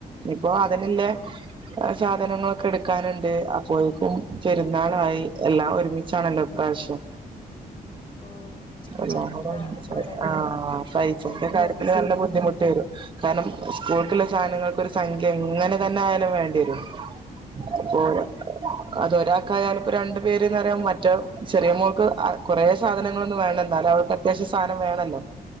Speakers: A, on the right; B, on the left.
A: ഇപ്പൊ അതിന്ല്ലെ
B: ഓ
A: സാധനങ്ങളൊക്കെ എട്ക്കാന്ണ്ട് അപ്പോയേക്കും പെരുന്നാളായി എല്ലാം ഒരുമിച്ചാണല്ലോ ഇപ്രാവശ്യം.
B: ഓ
A: എല്ലാംകൂടെ
B: പൈസ
A: ഒരുമിച്ചായി
B: വളരെ
A: ആഹ് അപ്പ
B: ടൈറ്റ്
A: അയ്ച്ചൂന്റെ
B: ആയിട്ടുള്ള
A: കാര്യത്തില്
B: ഒരു സമയല്ലേ
A: നല്ല ബുദ്ധിമുട്ട് വരും കാരണം സ്കൂൾക്ക്ള്ള സാനങ്ങൾക്കൊരു സംഖ്യ എങ്ങനെ തന്നെ ആയാലും വേണ്ടിവരും <unintelligible>
B: അതെ അതെ
A: അതൊരാക്കായാലും പ്പോ രണ്ടു പേര്ന്നറയാം മറ്റൊ ചെറിയ മോൾക്ക് അ കൊറേ സാധനങ്ങളൊന്നും വേണ്ട എന്നാലു അവൾക്ക് അത്യാവശ്യം സാനം വേണല്ലോ